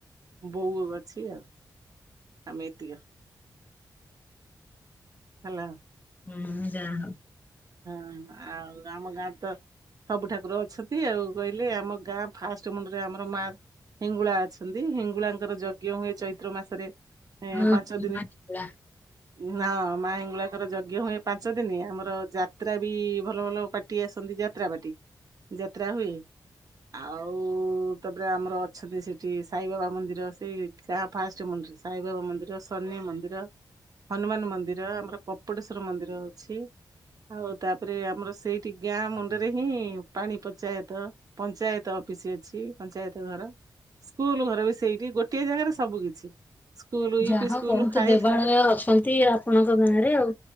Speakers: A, on the right; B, on the left.
A: ବୋଉ ଅଛି ଆଉ। ଆମେତିଆ ହେଲା!
B: ହୁଁ ଯାହାଉ
A: ହଁ ଆଉ ଆମ ଗାଁ ତ ସବୁ ଠାକୁର ଅଛନ୍ତି ଆଉ କହିଲେ ଆମ ଗାଁ ଫାଷ୍ଟ ମୁଣ୍ଡରେ ଆମର ମା ହିଙ୍ଗୁଳା ଅଛନ୍ତି, ହିଙ୍ଗୁଳାଙ୍କର ଯଜ୍ଞ ହୁଏ ଚୈତ୍ର ମାସରେ ଏ
B: ହଁ
A: ପାଞ୍ଚ
B: ମାହିଙ୍ଗୁଳା
A: ଦିନ ହଁ ମା ହିଙ୍ଗୁଳାଙ୍କର ଯଜ୍ଞ ହୁଏ, ପାଞ୍ଚ ଦିନ ଆମର ଯା ଯାତ୍ରା ବି ଭଲ ଭଲ ପାଟି ଆସନ୍ତି, ଯାତ୍ରା ପାଟି ଯାତ୍ରା ହୁଏ। ଆଉ ତାପରେ ଆମର ଅଛନ୍ତି ସେଠି ସାଇବାବା ମନ୍ଦିର ସେଇ ଗାଁ ଫାଷ୍ଟ ମନ୍ଦିର ସାଇବାବା ମନ୍ଦିର ସନି ମନ୍ଦିର ହନୁମାନ ମନ୍ଦିର ଆମର କପଟେଶ୍ଵର ମନ୍ଦିର ଅଛି। ଆଉ ତାପରେ ଆମର ସେଇଠି ଗାଁ ମୁଣ୍ଡରେ ହିଁ ପାଣି ପଞ୍ଚାୟତ ପଞ୍ଚାୟତ ଅଫିସ ଅଛି ପଞ୍ଚାୟତ ଘର ସ୍କୁଲ ଘର ବି ସେଇଠି ଗୋଟିଏ ଜାଗାରେ ସବୁ କିଛି ସ୍କୁଲ ୟୁପି
B: ଯାହା
A: ସ୍କୁଲ
B: ବହୁତ
A: ହାଇ
B: ଦେବାଳୟ ଅଛନ୍ତି ଆପଣଙ୍କ ଗାଁ ରେ ଆଉ